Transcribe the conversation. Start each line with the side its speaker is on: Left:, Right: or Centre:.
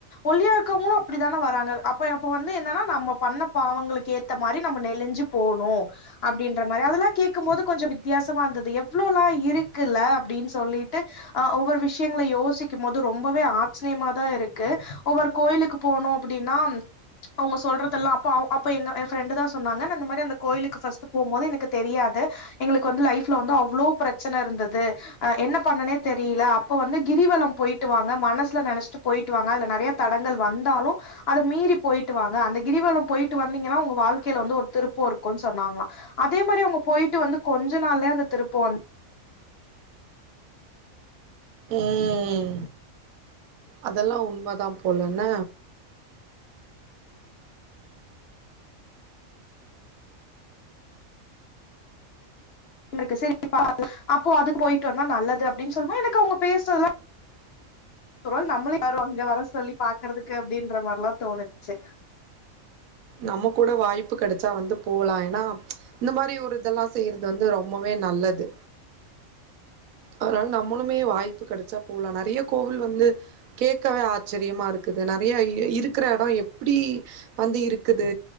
Left: ஒல்லியா இக்கரவங்களு அப்டித்தானே வராங்க அப்ப வந்து என்னன்னா நம்ம பண்ண பாவங்களுக்கு ஏ ஏத்த மாரி நம்ம நெலிஞ்சு போனு அப்டின்ற மாரி அதெல்லா கேட்கும் போது கொஞ்சோ வித்தியாசமா இருந்தது எவ்ளோளா இருக்குல்ல அப்டின்னு சொல்லிட்டு அ ஒவ்வொரு விஷயங்கள யோசிக்கும் போது ரொம்பவே ஆச்சிரியமா தா இருக்கு ஒவ்வொரு கோயிலுக்கு போனோ அப்டின்னா அவங்க சொல்றதெல்லா அப்ப அப்ப எங்க ஃப்ரெண்டு தா சொன்னாங்க அந்த மாரி அந்த கோயிலுக்கு போகும்போது எனக்கு தெரியாது எங்களுக்கு வந்து லைப்ல வந்து அவ்ளோ பிரச் பிரச்சன இருந்தது என்ன பண்ணனே தெரியல அப்ப வந்து கிரிவல போயிட்டு வாங்க மனசு நெனச்சிட்டு போய போயிட்டு வாங்க அதுல நெறைய தடங்கள் வந்தாலு அத மீறி போயிட்டு வாங்க அந்த கிரிவல போயிட்டு வந்தீங்கன்னா உங்க வாழ்க்கையில வந்து ஒரு திருப்போ இருக்குன்னு சொன்னாங்ளா அதே மாரி அவங்க போயிட்டு வந்து கொஞ்ச நாள்லே அந்த திருப்போ வந்து
Right: ம் அதெல்லா உண்ம தா போல என்ன
Left: <unintelligible> அப்போ அது போயிட்டு வந்தா நல்லது அப்டின்னு சொல்லுவோ எனக்கு அவங்க பேசுறதுலா ஒரு வேல நம்மளையு யாரோ அங்க வர சொல்லி பாக்குறதுக்கு அப்டின்ற மாரிலா தோணுச்சு
Right: நம்ம கூட வாய்ப்பு கெடச்சா வந்து போலா ஏன்னா இந்த மாரி ஒரு இதெல்லா செய்யறது வந்து ரொம்பவே நல்லது அதனால நம்மளுமே வாய்ப்பு கெடச்சா போலா நெறைய கோவில் வந்து கேட்கவே ஆச்சரியமா இருக்குது நெறைய இருக்கிற எடோ எப்பிடி வந்து இருக் க்குது